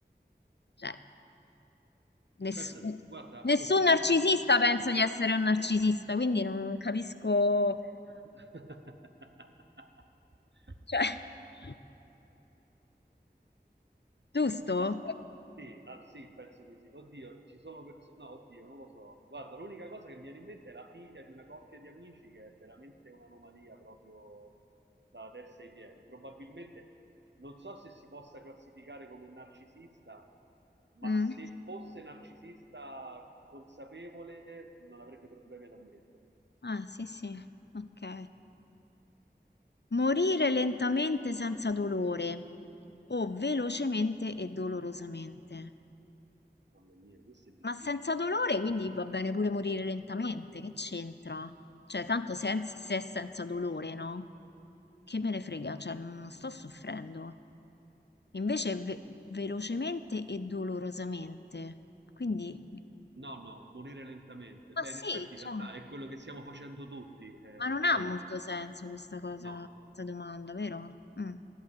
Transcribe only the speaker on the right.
Pensa, se- guarda,
così su
due piedi.
<laughs>
Ma sì, ah, sì, penso di sì. Oddio, ci sono persone. No, oddio, non lo so. Guarda, l'unica cosa che mi viene in mente è la figlia di una coppia di amici che è veramente un'anomalia proprio dalla testa ai piedi. Probabilmente non so se si possa classificare come narcisista, ma
se fosse narcisista consapevole non avrebbe problemi ad ammetterlo.
Mamma mia, questo è difficile.
No, no, morire lentamente.
Beh,
in effetti in
realtà
è quello che stiamo facendo tutti. eh,
poi
no.